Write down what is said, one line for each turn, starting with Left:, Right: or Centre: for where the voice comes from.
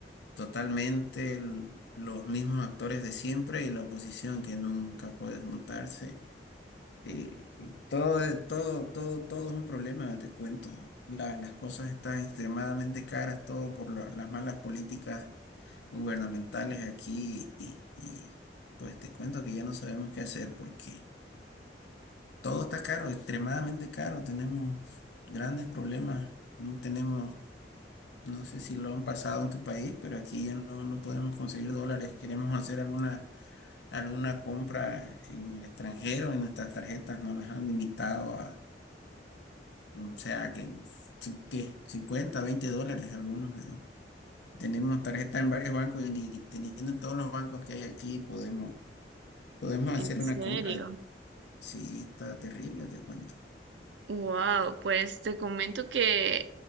Left: totalmente el- los mismos actores de siempre y la oposición que nunca puede juntarse. Eh, y todo, es- todo, todo, todo es un problema, te cuento. La- las cosas están extremadamente caras, todo por la- las malas políticas gubernamentales aquí y, y, pues te cuento que ya no sabemos qué hacer porque todo está caro, extremadamente caro. Tenemos grandes problemas, no tenemos, no sé si lo han pasado en tu país, pero aquí ya no, no podemos conseguir dólares. Queremos hacer alguna, alguna compra en el extranjero y nuestras tarjetas nos las han limitado a O sea, que, sí que 50, 20 dólares algunos, ¿no? Tenemos tarjeta en varios bancos y ni teniendo en todos los bancos que hay aquí podemos, podemos hacer
Right: En serio.
Left: una compra. Sí, está terrible, te cuento.
Right: Wow, pues te comento que